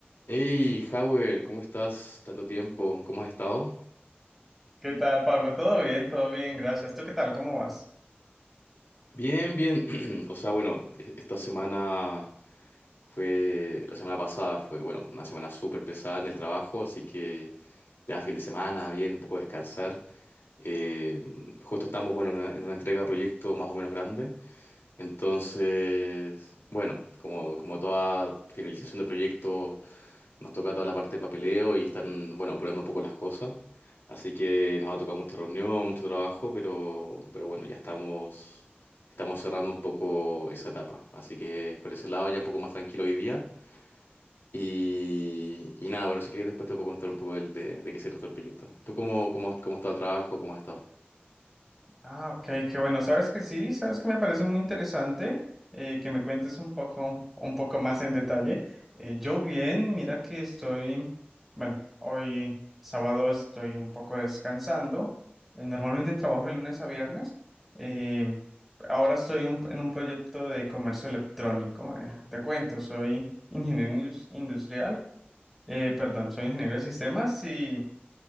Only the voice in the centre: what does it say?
¿Qué tal, Pablo? ¿Todo bien? Todo bien, gracias. ¿Tú qué tal? ¿Cómo vas?
Ah, ok, qué bueno. Sabes que sí, sabes que me parece muy interesante eh, que me cuentes un poco, un poco más en detalle. Eh, yo bien, mira que estoy, bueno, hoy sábado estoy un poco descansando. Eh, Normalmente trabajo de lunes a viernes. Eh, ahora estoy un- en un proyecto de comercio electrónico. eh, te cuento, soy ingeniero indus- industrial, eh, perdón, soy ingeniero de sistemas y...